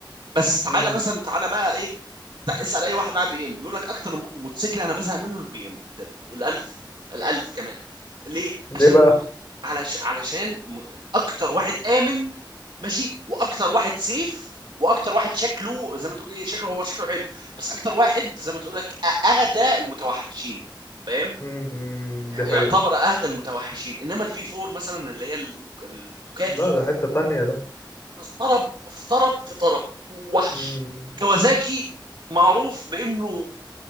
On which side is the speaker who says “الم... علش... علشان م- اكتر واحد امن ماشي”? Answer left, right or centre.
Right